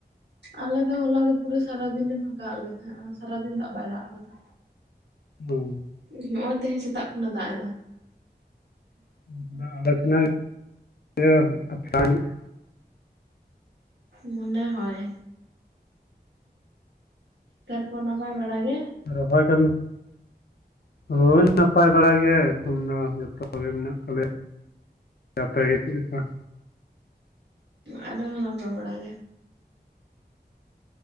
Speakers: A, on the right; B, on the left.
A: ᱟᱞᱮ ᱫᱚ ᱦᱚᱞᱟ ᱫᱚ ᱯᱩᱨᱟᱹ ᱥᱟᱨᱟᱫᱤᱱᱮ ᱯᱷᱟᱸᱠᱟ ᱟᱫ ᱞᱮ ᱛᱟᱦᱮᱸᱜᱼᱟ ᱥᱟᱨᱟ ᱫᱤᱱ ᱫᱟᱜ ᱵᱟᱭ ᱫᱟᱜ ᱟᱠᱟᱫᱟ᱾
B: ᱦᱩᱸ᱾
A: ᱦᱚᱸᱜᱼᱚᱭ ᱛᱮᱦᱮᱧ ᱥᱮᱛᱟᱜ ᱠᱷᱚᱱᱟᱜ ᱫᱟᱜ ᱮᱫᱟ᱾
B: ᱦᱩᱸ ᱟᱫᱚ ᱟᱞᱮ ᱥᱮᱱ ᱦᱚᱸᱭ <inaudible>
A: ᱢᱚᱱᱮ ᱦᱚᱭ, ᱛᱟᱨᱯᱚᱨ ᱱᱟᱯᱟᱭ ᱵᱟᱲᱟ ᱜᱮ?
B: ᱨᱚᱦᱚᱭ ᱠᱟᱹᱢᱤ ᱦᱳᱭ ᱱᱟᱯᱟᱭ ᱵᱟᱲᱟ ᱜᱮ ᱮᱠᱷᱚᱱ ᱫᱚ ᱡᱚᱛᱚ ᱜᱮ ᱢᱮᱱᱟᱜ ᱠᱟᱜ ᱞᱮᱭᱟ᱾ ᱟᱯᱮ ᱜᱮ ᱪᱮᱫ ᱞᱮᱠᱟ?
A: ᱟᱞᱮ ᱦᱚᱸ ᱱᱟᱯᱟᱭ ᱵᱟᱲᱟ ᱜᱮ᱾